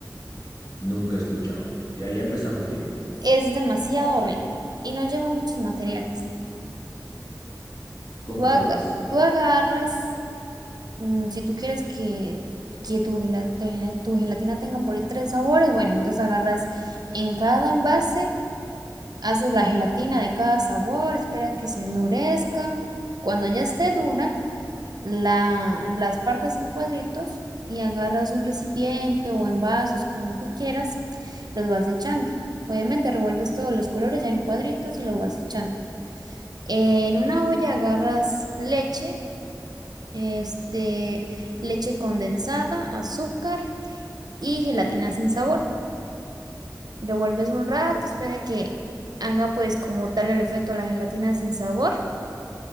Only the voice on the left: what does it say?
Nunca he escuchado. Ya, ya empezamos bien.
¿Cómo
se lo hace?